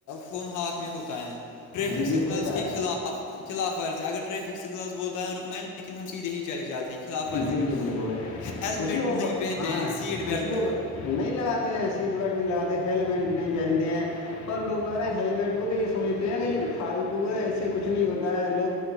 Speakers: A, on the left (about 80°); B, on the left (about 65°).
A: فون ہاتھ میں ہوتا ہے ٹریفک
B: جی
A: سگنلس
B: جی ہوتا
A: کے
B: ہے
A: خلاف خلاف ورز ہے اگر ٹریفک سگنلس بولتا ہے رکن لیکن ہم سیدھے ہی چل جاتے ہیں خلاف ورزی
B: جی
A: کے
B: جی بالکل
A: ہیلمٹ
B: پچھ لو
A: نہیں
B: ب
A: پہنتے
B: ہاں
A: ہیں سیٹ بیلٹ
B: پچھ لو گا نہیں لگاتے ہیں سیٹ بیلٹ نہیں لگاتے ہیلمٹ نہیں پہنتے ہیں اور لوگ وغیرہ ہیلمنٹ کو تو یہ سمجھتے ہیں کہ یہ تو فالتو ہے اس سے کچھ نہیں ہوتا ہے لوگ